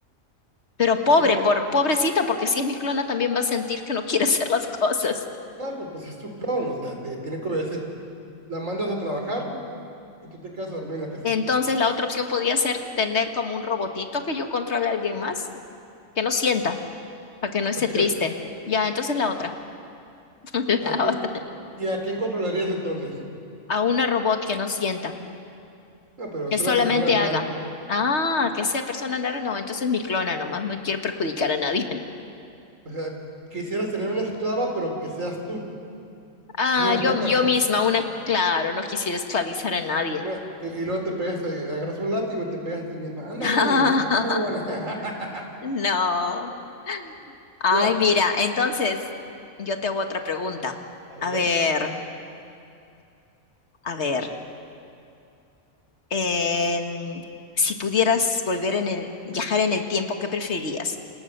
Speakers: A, on the left; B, on the right.
A: Pero pobre,
B: así la ma-
A: por pobrecita, porque si es mi clona también va a sentir que no quiere <laughs> hacer las cosas.
B: No, pero pues es tu clon, o sea, te tiene que obedecer. La mandas a trabajar y tú te quedas a dormir en la casa.
A: Entonces la otra opción podía ser tener como un robotito que yo controle a alguien más, que no sienta. para que no esté
B: Así
A: triste.
B: es.
A: Ya, entonces la otra, <laughs>
B: ¿A
A: la
B: quién,
A: otra.
B: y a quién controlarías entonces?
A: A una robot que no sienta,
B: No, pero
A: que
B: es
A: solamente
B: una persona real.
A: haga. Ah, que sea persona rara, no, entonces mi clona nomás, no quiero perjudicar a nadie. <laughs>
B: O sea, quisieras tener una esclava, pero que seas tú.
A: Ah,
B: <laughs>
A: yo, yo misma, una, claro, no quisiera esclavizar a nadie.
B: No, y, y luego te pegas, eh, agarras un látigo y te pegas a ti misma. Ándale,
A: <laughs>
B: trabajar, huevona. <laughs>
A: No. Ay,
B: Mira,
A: mira, entonces yo te hago otra pregunta.
B: a ver.
A: A ver, a ver. em, si pudieras volver en el, viajar en el tiempo, ¿qué preferías?